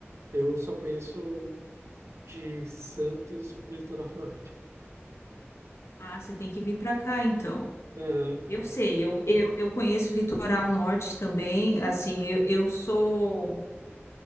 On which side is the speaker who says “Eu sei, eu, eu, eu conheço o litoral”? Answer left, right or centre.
Left